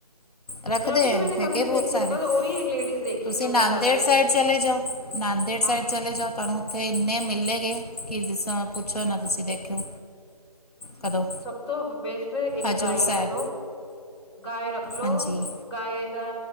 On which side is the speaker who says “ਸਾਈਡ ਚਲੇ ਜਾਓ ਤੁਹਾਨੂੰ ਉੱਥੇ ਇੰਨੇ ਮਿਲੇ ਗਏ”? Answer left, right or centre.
Left